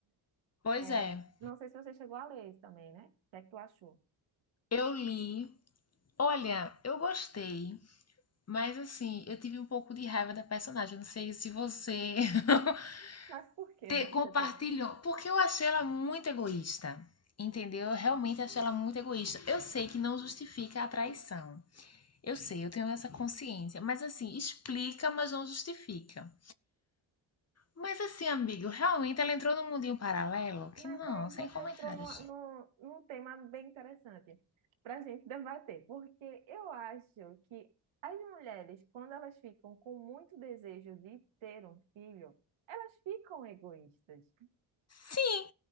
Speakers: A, on the left; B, on the right.
A: pois
B: É,
A: é.
B: não sei se você chegou a ler isso também, né? O que é que tu achou?
A: Eu li. Olha, eu gostei, mas assim, eu tive um pouco de raiva da personagem. Não sei se você <laughs>
B: Mas por que
A: te-
B: <laughs> você
A: compartilhou,
B: teve?
A: porque eu achei ela muito egoísta. Entendeu? Eu realmente achei ela muito egoísta. Eu sei que não justifica a traição. Eu sei, eu tenho essa consciência. Mas assim, explica, mas não justifica. Mas assim, amigo, realmente ela entrou num mundinho paralelo que
B: Mas
A: não,
B: aí
A: sem
B: você
A: comentários.
B: entrou no no num tema bem interessante para a gente debater, porque eu acho que as mulheres, quando elas ficam com muito desejo de ter um filho, elas ficam egoístas.
A: Sim,